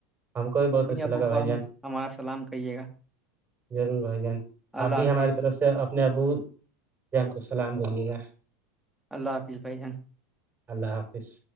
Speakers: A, on the right; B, in the centre.
A: ہم کو بھی بہت
B: امی
A: اچھا
B: ابو
A: لگا بھائی
B: کو ہم
A: جان
B: ہمارا سلام کہیے گا
A: ضرور بھائی جان
B: اللہ
A: آپ بھی
B: حافظ
A: ہماری طرف سے اپنے ابو جان کو سلام دیلیے گا
B: اللہ حافظ بھائی جان
A: اللہ حافظ